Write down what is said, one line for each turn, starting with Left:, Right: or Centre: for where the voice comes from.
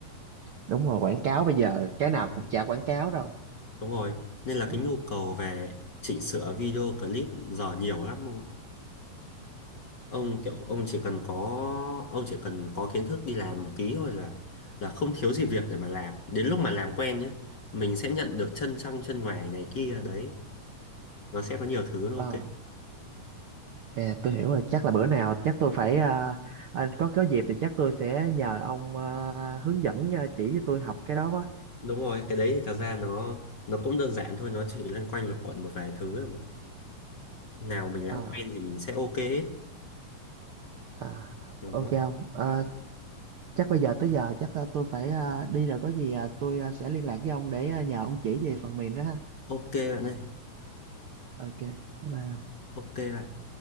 Right: đúng rồi. Quảng cáo bây giờ cái nào
Left: Đấy,
Right: cũng chả quảng cáo đâu.
Left: đúng rồi nên là
Right: Đúng.
Left: cái nhu cầu về chỉnh sửa video clip giờ nhiều lắm ông
Right: Ờ,
Left: kiểu ông chỉ cần có ông chỉ cần có kiến thức đi làm một tí thôi là là không thiếu gì việc để mà làm đến lúc mà làm quen nhá mình sẽ nhận được chân trong chân ngoài này kia đấy nó sẽ có nhiều thứ nó
Right: ờ.
Left: ok
Right: À, tôi hiểu rồi, chắc là bữa nào chắc tôi phải à, à, có có dịp thì chắc tôi sẽ nhờ ông à, hướng dẫn à, chỉ cho tôi học cái đó quá.
Left: đúng rồi cái đấy thì thật ra nó nó cũng đơn giản thôi nó chỉ loanh quanh lục quận một vài thứ thôi mà nào mình làm
Right: Ờ,
Left: quen thì mình sẽ ok hết
Right: à,
Left: đó
Right: ok ông. À, chắc bây giờ tới giờ chắc à, tôi phải à, đi rồi có gì à, tôi à, sẽ liên lạc với ông để à, nhờ ông chỉ về phần mềm đó ha.
Left: ok bạn ơi
Right: Ok. Bye bye.
Left: ok bạn